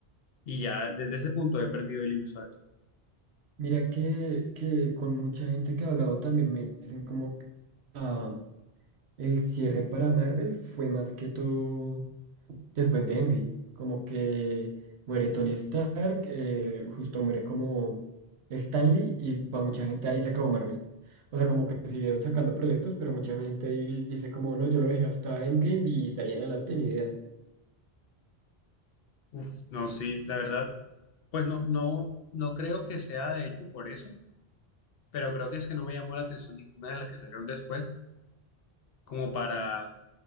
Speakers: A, on the left; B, on the right.
A: Y ya desde ese punto he perdido el hilo, ¿sabes?
B: Mira que, que con mucha gente que he hablado también me dicen como que... ah, El cierre para Marvel fue más que todo después de Endgame. Como que muere Tony Stark, eh, justo muere como Stanley y para mucha gente ahí se acabó Marvel. O sea, como que siguieron sacando proyectos, pero mucha gente ahí dice como, no, yo lo dejé hasta Endgame y de ahí en adelante ni idea.
A: Uf, no, sí, la verdad, pues no, no, no creo que sea de hecho por eso, pero creo que es que no me llamó la atención ninguna de las que salieron después, como para